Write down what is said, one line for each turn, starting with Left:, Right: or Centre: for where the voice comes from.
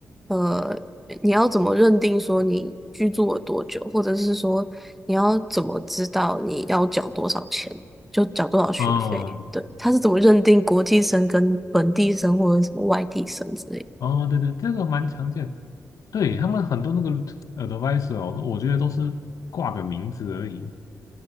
Centre: 呃，你要怎么认定说你居住了多久，或者是说你要怎么知道你要缴多少钱，就缴多少学费？
Left: 嗯
Centre: 对，他是怎么认定国际生跟本地生或者什么外地生之类的？
Left: 哦对对，这个蛮常见，对他们很多那个 advisor，哦我觉得都是挂个名字而已，